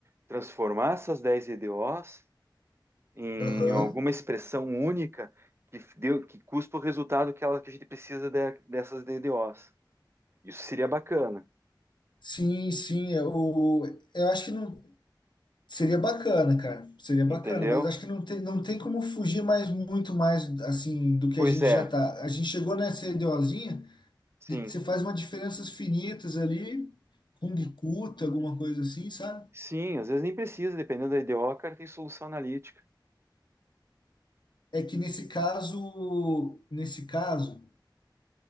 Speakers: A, on the right (about 30°); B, on the left (about 70°).
A: transformar essas 10 EDOs em
B: Aham.
A: alguma expressão única que, deu, que cuspa o resultado que, ela, que a gente precisa de- dessas EDOs. Isso seria bacana,
B: Sim, sim, é o, eu acho que não. Seria bacana, cara. Seria bacana,
A: entendeu?
B: mas acho que não tem, não tem como fugir mais muito mais assim do que
A: Pois
B: a gente
A: é,
B: já tá. A gente chegou nessa ideozinha
A: sim.
B: de você faz umas diferenças finitas ali, Kung Kuta, alguma coisa assim, sabe?
A: Sim, às vezes nem precisa, dependendo da IDO, cara, tem solução analítica.
B: É que nesse caso, nesse caso,